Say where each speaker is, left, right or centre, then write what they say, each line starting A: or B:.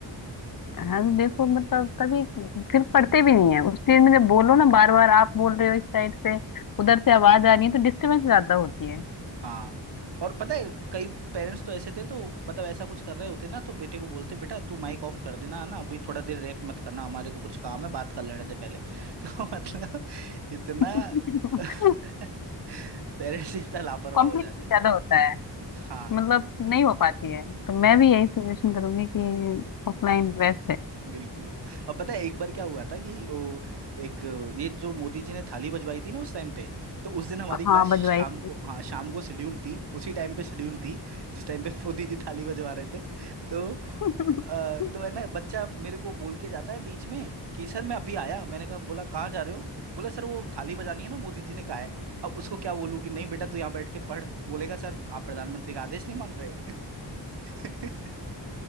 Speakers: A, on the left; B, on the right.
A: हाँ तो देखो मतलब कभी फिर पढ़ते भी नहीं है उस चीज में जब बोलो ना बार बार आप बोल रहे हो इस साइड से उधर से आवाज आ रही है तो डिस्टरबेंस ज्यादा होती है
B: हाँ और पता है कई पेरेंट्स तो ऐसे थे तो मतलब ऐसा कुछ कर रहे होते ना तो बेटे को बोलते बेटा तू माइक ऑफ कर देना है ना अभी थोड़ा देर रिएक्ट मत करना हमारे को कुछ काम है बात कर लेने दे पहले <laughs> तो मतलब इतना
A: <laughs>
B: <laughs> पेरेंट्स इतना लापरवाह
A: कॉम्प्लिकेशन
B: हो जाते
A: ज्यादा
B: थे
A: होता है
B: हाँ
A: मतलब नहीं हो पाती है तो मैं भी यही सजेशन करूंगी कि ऑफलाइन बेस्ट है
B: बिल्कुल बिल्कुल और पता है एक बार क्या हुआ था कि ओ, एक अ, ये जो मोदी जी ने थाली बजवाई थी ना उस टाइम पे तो उस दिन हमारी क्लास
A: हाँ
B: शाम
A: बजवाई थी।
B: को हाँ शाम को शेड्यूल थी उसी टाइम पे शेड्यूल थी जिस टाइम पे <laughs> मोदी जी थाली बजवा रहे थे तो अ,
A: <laughs>
B: तो है ना बच्चा मेरे को बोल के जाता है बीच में कि सर मैं अभी आया मैंने कहा बोला कहाँ जा रहे हो बोला सर वो थाली बजानी है ना मोदी जी ने कहा है अब उसको क्या बोलूं कि नहीं बेटा तू यहाँ बैठ के पढ़ बोलेगा सर आप प्रधानमंत्री का आदेश नहीं मान रहे <laughs> <laughs>